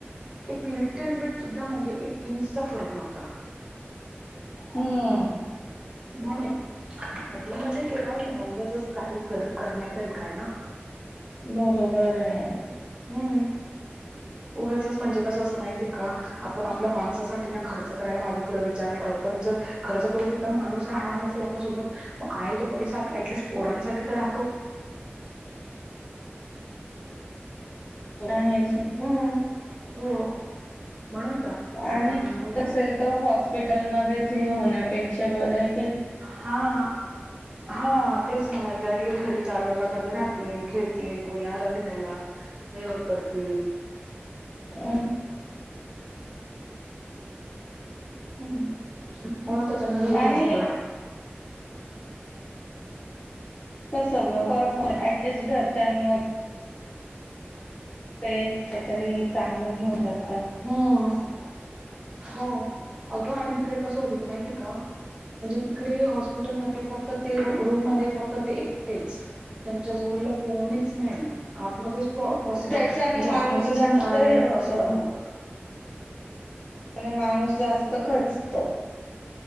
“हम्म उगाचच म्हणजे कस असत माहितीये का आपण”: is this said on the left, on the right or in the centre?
Right